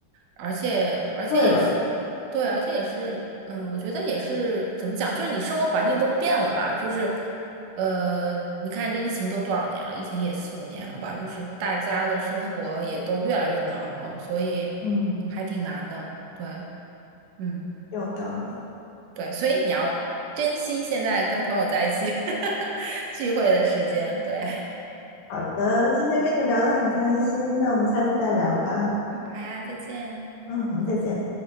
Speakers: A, on the right (about 75°); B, on the left (about 65°).
A: 而且而且也是，
B: 会了，
A: 对，而且也是，嗯，我觉得也是怎么讲，就是你生活环境都变了吧，就是。呃，你看这疫情都多少年了？疫情也四五年了吧？就是大家的生活也都越来越忙了，所以
B: 嗯，
A: 还挺难的。对，嗯，
B: 有道理。
A: 对，所以你要珍惜现在跟朋友在一起 <laughs> 聚会的时间。对，
B: 好的，今天跟你聊得很开心，那我们下次再聊吧。
A: 嗯，好呀，再见。
B: 嗯，再见。